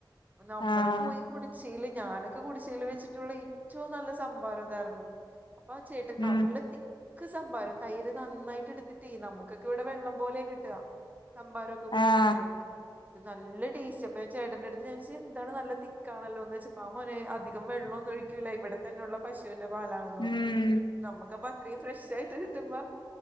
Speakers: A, on the right (about 20°); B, on the left (about 70°).
A: പ്പൊ നമ്മള്
B: ആഹ്
A: പോയി കുടിച്ചേല് ഞാനൊക്കെ കുടിച്ചേല് വെച്ചിട്ടുള്ള ഏറ്റവും നല്ല സംഭാരം അതാര്ന്നു അപ്പൊ ആ ചേട്ടൻ
B: ഉം
A: നല്ല തിക്ക് സംഭാരം തൈര് നന്നായിട്ട് എടുത്തിട്ടെയ് നമുക്കൊക്കെ ഇവിടെ വെള്ളം പോലെ കിട്ടുക സമ്പാാരൊക്കെ കുടിക്കുമ്പോൾ
B: ആഹ്
A: ഇത് നല്ല ടേസ്റ്റ് അപ്പൊ ഞാ ചേട്ടന്റെ അടുത്ത് ചോയ്ച്ച് എന്താണ് നല്ല തിക്കാണല്ലോന്നോയ്ച്ചപ്പൊ ആ മോനെ അധികം വെള്ളൊന്നും ഒഴി റ്റൂല ഇവിടെ തന്നെള്ള പശുവിന്റെ പാലാണെന്ന് പറഞ്ഞു.
B: ഉം
A: നമുക്ക്പ്പ അത്രയും ഫ്രഷ് ആയിട്ട് കിട്ടുമ്പോ